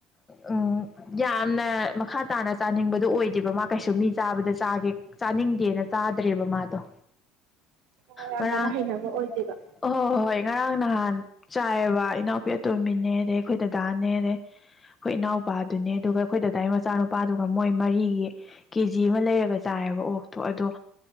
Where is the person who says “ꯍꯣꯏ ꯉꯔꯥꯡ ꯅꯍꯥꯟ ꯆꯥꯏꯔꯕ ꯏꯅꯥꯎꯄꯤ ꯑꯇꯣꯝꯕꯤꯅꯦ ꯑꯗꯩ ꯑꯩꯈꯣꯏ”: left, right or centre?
Left